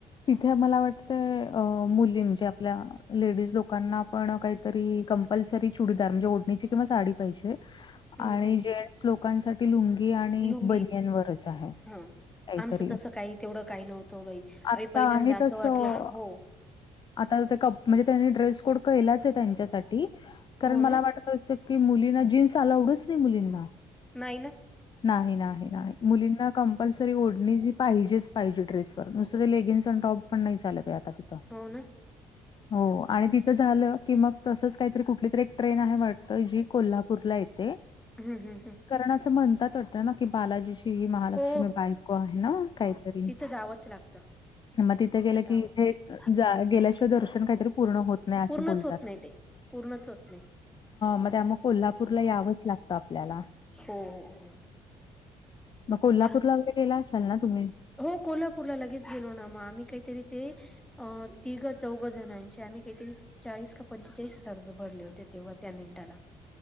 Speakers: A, on the left (about 30°); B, in the centre.
A: तिथे आम्हाला वाटत अ मुली म्हणजे आपल्या लेडीज लोकांना पण काहीतरी कंपल्सरी चुडीदार म्हणजे ओढणीची किंवा साडी पाहिजे
B: हम्म
A: आणि
B: हम्म
A: जेण्ट्स लोकांसाठी ती लुंगी आणि
B: लुंगी
A: बनियन वरचं आहे,
B: हं,
A: काहीतरी.
B: आमचं तसं काही तेवढं काही नव्हतं वो बाई,
A: आता
B: आम्ही पहिल्यांदा
A: आहे
B: असं
A: तसं
B: वाटलं ना हो.
A: आता कप म्हणजे त्यांनी ड्रेस कोड कैलाच ये त्यांच्यासाठी, कारण
B: हो ना?
A: मला वाट कि मुलींना जीन्स अलाऊड च नाही मुलींना.
B: नाही ना?
A: नाही नाही नाही, मुलींना कंम्पलसरी ओढणी जी पाहिजेच पहिजे ड्रेसवर नुसतं ते लेगिन्स आणि टॉप पण नाही चालत आहे आता तिथं.
B: हो ना.
A: हो आणि तिथं झालं की मग तसंच काहीतरी कुठली तरी एक ट्रेन आहे वाटत जी कोल्हापूरला येते.
B: हम् हं हं..
A: कारण असं म्हणतात वाटतं ना कि बालाजीची ही महालक्ष्मी
B: हो.
A: बायको आहे ना काहीतरी?
B: जावंच लागत.
A: मग तिथे गेलं
B: इथं जावंच
A: की इथे
B: लागत
A: जा गेल्याशिवाय दर्शन काहीतरी पूर्ण होत नाही असं
B: पूर्णचं
A: बोलतात.
B: होत नाही ते. पूर्णच होत नाही.
A: मग त्यामुळं कोल्हापूरला यावंच लागतं आपल्याला.
B: हो हो हो..
A: मग कोल्हापूर
B: आणि
A: ला वगैरे गेला असाल ना तुम्ही?
B: हो कोल्हापूरला लगेच गेलो ना मग आम्ही काहीतरी ते अ तिघ चौघ जणांचे आम्ही काहीतरी चाळीस का पंचेचाळीस हजार रुपये भरले होते. तेव्हा त्या मिनिटाला.